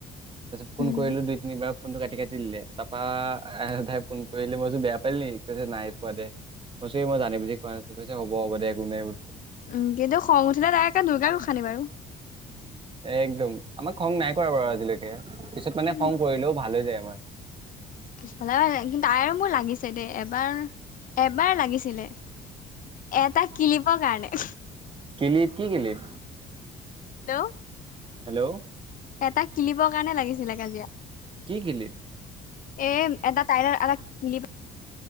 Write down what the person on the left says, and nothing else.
উম
উম কিন্তু খং উঠিলে তাই একে দুৰ্গা গোঁসানী বাৰু
উম,
কিছফালা কিন্তু আ মোৰ লাগিছে দেই এবাৰ এবাৰ লাগিছিলে এটা কিলিপিৰ কাৰণে
হেল্ল'
এটা কিলিবৰ কাৰণে লাগিছিলে কাজিয়া
এ এটা <unintelligible>